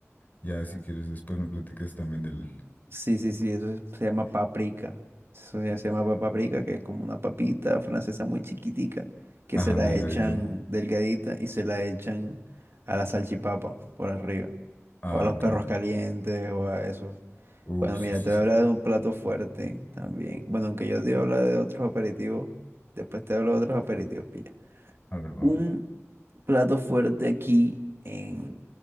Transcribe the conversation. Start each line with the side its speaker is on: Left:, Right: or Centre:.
Left: Ya, si quieres, después me platicas también del...
Right: Sí, sí, sí, eso es- se llama paprika. Eso ya se llama paprika, que es como una papita francesa muy chiquitica, que
Left: Ajá,
Right: se la
Left: delgadito,
Right: echan
Left: ¿no?
Right: delgadita y se la echan a la salchipapa por arriba,
Left: Ah,
Right: o a los
Left: ok,
Right: perros
Left: ok.
Right: calientes, o a eso.
Left: Uh,
Right: Bueno,
Left: sí,
Right: mira,
Left: sí,
Right: te voy
Left: sí.
Right: a hablar de un plato fuerte también. Bueno, aunque yo te voy a hablar de otros aperitivos, después te hablo de otros aperitivos, pilla.
Left: A ver, va,
Right: Un
Left: va.
Right: plato fuerte aquí en,